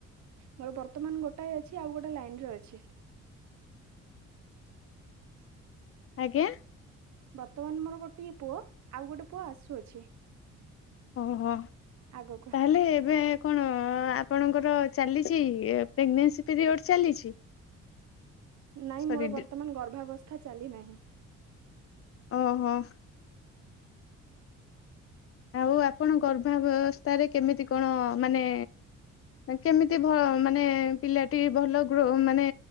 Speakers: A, on the right; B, on the left.
A: ମୋର ବର୍ତ୍ତମାନ ଗୋଟାଏ ଅଛି ଆଉ ଗୋଟେ ଲାଇନ ରେ ଅଛି।
B: ଆଜ୍ଞା।
A: ବର୍ତ୍ତମାନ ମୋର ଗୋଟଏ ପୁଅ ଆଉ ଗୋଟେ ପୁଅ ଆସୁଅଛି।
B: ଓହୋ!
A: ଆଗକୁ
B: ତାହେଲେ ଏବେ କଣ ଆପଣଙ୍କର ଚାଲିଛି ପ୍ରେଗନେନ୍ସି ପିରିୟଡ଼ ଚାଲିଛି?
A: ନାଇଁ
B: ସରି
A: ମୋର ବର୍ତ୍ତମାନ ଗର୍ଭାବସ୍ଥା ଚାଲିନାହିଁ।
B: ଓହୋ। ଆଉ ଆପଣ ଗର୍ଭାବସ୍ଥାରେ କେମିତି କଣ ମାନେ କେମିତି ଭ ମାନେ ପିଲାଟି ଭଲ ଗ୍ରୋ ମାନେ